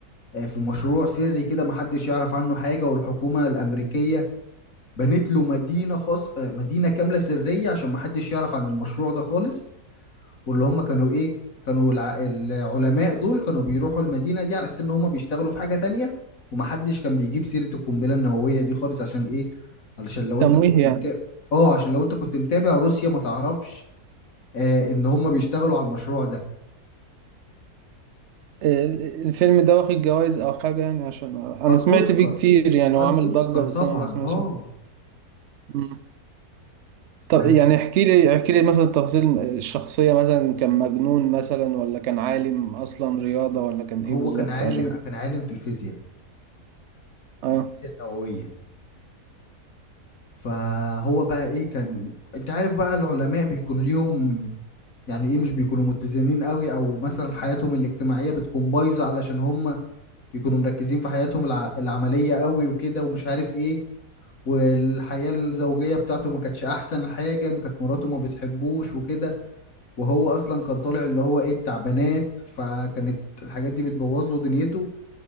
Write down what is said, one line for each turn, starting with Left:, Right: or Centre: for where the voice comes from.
Left: آه في مشروع سري كده محدش يعرف عنه حاجه والحكومه الامريكيه بنت له مدينه خاص آه، مدينه كامله سريه عشان محدش يعرف عن المشروع ده خالص واللي هم كانوا ايه كانوا الع... العلماء دول كانوا بيروحوا المدينة دي على اساس ان هم بيشتغلوا في حاجة تانية ومحدش كان بيجيب سيرة القنبلة النووية دي خالص عشان ايه علشان لو
Right: تمويه
Left: انت كنت
Right: يعني
Left: متابع اه عشان لو انت كنت متابع روسيا ما تعرفش آه ان هم بيشتغلوا على المشروع ده
Right: آه، الفيلم ده واخد جوائز او حاجة يعني عشان انا
Left: خد
Right: سمعت
Left: اوسكار
Right: فيه كتير يعني
Left: خد
Right: وعامل
Left: اوسكار
Right: ضجة بس
Left: طبعا
Right: انا ما سمعتش
Left: اه
Right: عنه. طب
Left: آه،
Right: يعني احكي لي احكي لي مثلا تفاصيل الشخصية مثلا كان مجنون مثلا ولا كان عالم أصلا رياضة ولا كان إيه
Left: هو
Right: بالظبط
Left: كان عالم
Right: عشان
Left: كان عالم في الفيزياء
Right: اه
Left: الفيزياء النووية فهو بقى ايه كان انت عارف بقى العلماء بيكون ليهم يعني ايه مش بيكونوا متزنين قوي او مثلا حياتهم الاجتماعية بتكون بايظة علشان هم بيكونوا مركزين في حياتهم الع... العملية قوي وكده ومش عارف ايه والحياة الزوجية بتاعته ما كانتش احسن حاجة ما كانت مراته ما بتحبوش وكده وهو اصلا كان طالع اللي هو ايه بتاع بنات فكانت الحاجات دي بتبوظ له دنيته